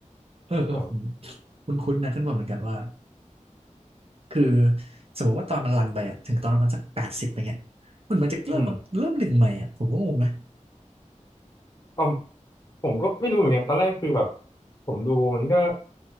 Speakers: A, on the right; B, on the left.
A: เออเออ
B: อ่า
A: ผมคุ้นๆนะขึ้นบนเหมือนกันว่า คือสมมติว่าตอนมันรันไปอะถึงตอนประมาณสักแปดสิบไปเงี้ยเหมือนมันจะเริ่มมาเริ่มหนึ่งใหม่อะผมก็งงนะ
B: อืมอ๋อ ผมก็ไม่รู้เหมือนกันตอนแรกคือแบบผมดูมันก็